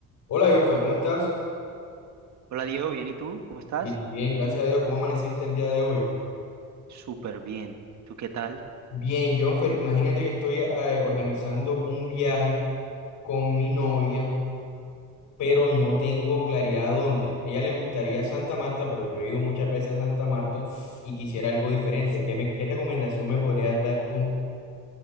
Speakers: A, on the left (about 75°); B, on the right (about 65°).
A: Hola, Jonfer, ¿cómo estás?
B: Hola Diego, bien, ¿y tú? ¿Cómo estás?
A: Bien, bien, gracias a Dios. ¿Cómo amaneciste el día de hoy?
B: Súper bien. ¿Tú qué tal?
A: Bien, Jonfer, imagínate que estoy eh, organizando un viaje con mi novia, pero no tengo claridad dónde. Ella le gustaría Santa Marta, pero yo he ido muchas veces a Santa Marta y quisiera algo diferente. ¿Qué me, qué recomendación me podrías dar tú?